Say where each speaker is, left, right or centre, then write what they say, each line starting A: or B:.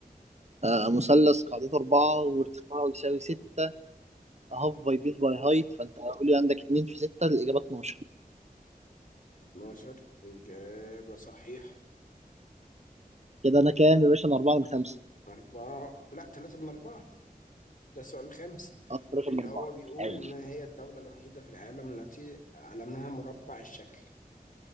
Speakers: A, on the right; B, on the left.
A: آه، مثلث قاعدته أربعة وارتفاعه يساوي ستة هاف باي بيت باي هايت فأنت قول لي عندك اتنين في ستة الإجابة 12
B: 12 إجابة صحيحة
A: كده أنا كام يا باشا أنا أربعة من خمسة
B: أربعة لا ثلاثة من أربعة ده السؤال الخامس
A: أه رقم
B: اللي
A: من أربعة
B: هو بيقول
A: أيوة
B: ما هي الدولة الوحيدة في العالم التي علمها مربع الشكل